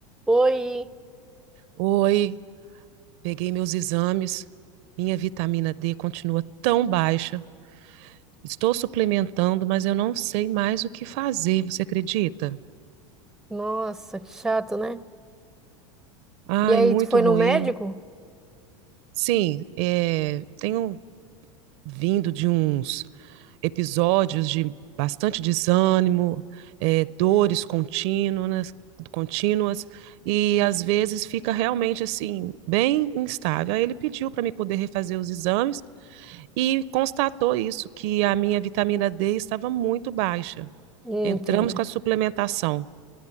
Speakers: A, in the centre; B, on the right.
A: Oi,
B: Oi, peguei meus exames. Minha vitamina D continua tão baixa. Estou suplementando, mas eu não sei mais o que fazer, você acredita?
A: nossa, que chato, né?
B: Ai,
A: E aí,
B: muito
A: tu foi
B: ruim.
A: no médico?
B: Sim, é, tenho vindo de uns episódios de bastante desânimo, é, dores contínuas, contínuas, e às vezes fica realmente assim, bem instável. Aí ele pediu para me poder refazer os exames. e constatou isso, que a minha vitamina D estava muito baixa.
A: Hum,
B: Entramos
A: entendi.
B: com a suplementação,